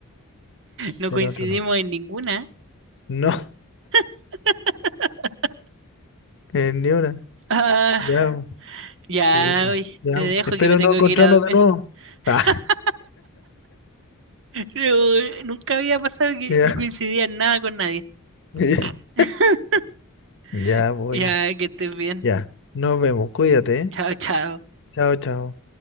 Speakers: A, on the right; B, on the left.
A: No
B: Del
A: coincidimos
B: otro no.
A: en ninguna.
B: No,
A: <laughs>
B: <laughs> eh, ni una.
A: Ah,
B: Ya,
A: ya,
B: pucha.
A: oye,
B: Ya.
A: te dejo
B: Espero
A: que me tengo
B: no encontrarnos
A: que ir a dormir.
B: de nuevo.
A: <laughs>
B: Ah,
A: Pero, nunca había pasado que
B: ya.
A: no coincidía en nada con nadie.
B: <laughs>
A: <laughs>
B: Ya, voy.
A: Ya, que estés bien.
B: Ya, nos vemos, cuídate, ¿eh?
A: Chao, chao.
B: Chao, chao.